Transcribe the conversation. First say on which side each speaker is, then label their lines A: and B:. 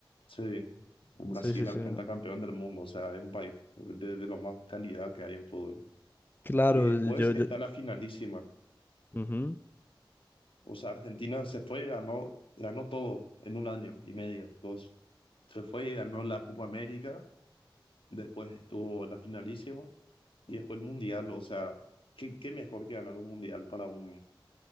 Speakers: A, on the left (about 80°); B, on the left (about 25°).
A: Sí, Brasil
B: Sí, sí, sí.
A: al pentacampeón del mundo, o sea, es un país de, de lo más calidad que hay en fútbol.
B: Claro,
A: Y después
B: yo, yo,
A: está la finalísima.
B: ujú,
A: O sea, Argentina se fue y ganó, ganó todo en un año y medio, dos. Se fue y ganó la Copa América, después estuvo la finalísima y después el Mundial. O sea, ¿qué, qué mejor que ganar un Mundial para un